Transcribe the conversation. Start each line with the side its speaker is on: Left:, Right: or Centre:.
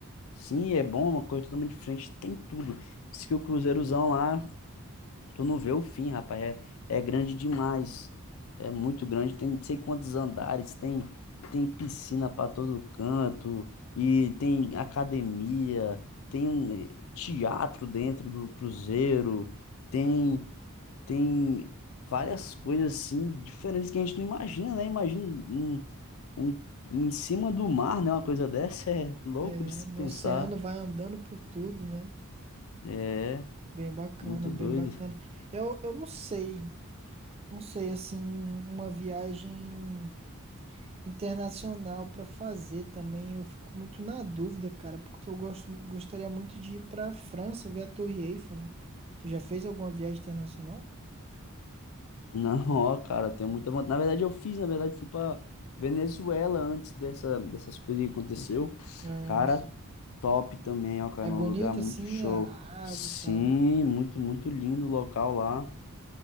Left: sim, é bom, uma coisa totalmente diferente, tem tudo. Diz que o Cruzeirozão lá, tu não vê o fim, rapaz, é, é grande demais. É muito grande, tem não sei quantos andares, tem tem piscina para todo canto e tem academia, tem um, eh, teatro dentro do Cruzeiro, tem tem várias coisas assim diferentes que a gente não imagina, né? Imagina um, um, um em cima do mar, né? Uma coisa dessa <laughs> é louco
Right: É,
Left: de se
Right: no
Left: pensar.
Right: oceano vai andando por tudo, né?
Left: É,
Right: Bem bacana,
Left: muito
Right: bem
Left: doido.
Right: bacana.
Left: <laughs>
Right: Eu, eu não sei, não sei, assim, uma viagem. internacional pra fazer também. Eu fico muito na dúvida, cara, porque eu gosto, gostaria muito de ir pra França ver a Torre Eiffel, né? Tu já fez alguma viagem internacional?
Left: Não, ó, cara, eu tenho muita vontade. Na verdade, eu fiz, na verdade, fui pra Venezuela antes dessa, dessas coisas que aconteceu.
Right: Ah,
Left: Cara,
Right: sim.
Left: top também, ó, cara,
Right: É bonito
Left: um lugar muito
Right: assim
Left: show.
Right: a a
Left: Sim,
Right: água e tal.
Left: muito, muito lindo o local lá.